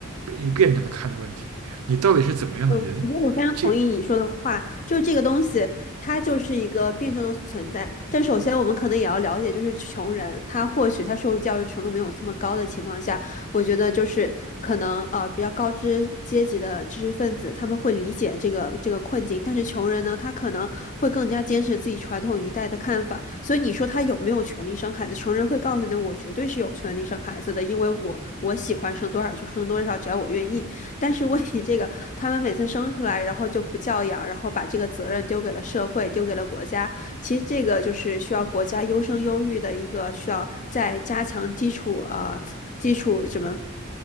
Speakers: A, on the right; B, on the left.
A: 一个辩证的看的问题，你到底是怎么样的人？
B: 对我我觉得我非常同意你说的话，
A: 这
B: 就是这个东西，它就是一个辩证的存在。但首先，我们可能也要了解，就是穷人，他或许他受教育程度没有这么高的情况下，我觉得就是可能呃比较高知阶级的知识分子他们会理解这个这个困境，但是穷人呢，他可能会更加坚持自己传统一代的看法。所以你说他有没有权利生孩子？穷人会告诉你，我绝对是有权利生孩子的，因为我我喜欢生多少就生多少，只要我愿意。但是问题这个，他们每次生出来，然后就不教养，然后把这个责任丢给了社会，丢给了国家。其实这个就是需要国家优生优育的一个需要再加强基础呃基础什么